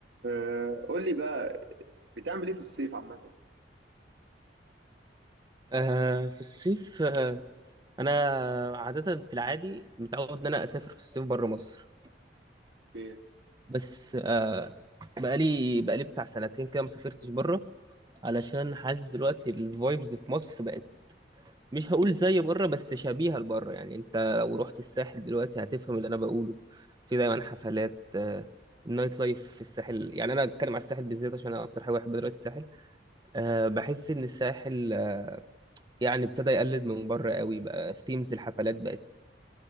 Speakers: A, on the right; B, on the right.
A: آه، قول لي بقى بتعمل ايه في الصيف عامة؟
B: آه في الصيف آه انا عاده في العادي متعود ان انا اسافر في الصيف بره مصر
A: ايه؟
B: بس آه بقالي بقالي بتاع سنتين كده ما سافرتش بره علشان حاسس دلوقتي الفايبز في مصر بقت مش هقول زي بره بس شبيهه لبره يعني انت لو رحت الساحل دلوقتي هتفهم اللي انا بقوله في دايما حفلات آه النايت لايف في الساحل يعني انا اتكلم على الساحل بالذات عشان انا اكتر حاجه بحب دلوقتي الساحل آه بحس ان الساحل آه، يعني ابتدى يقلد من بره قوي بقى ثيمز الحفلات بقت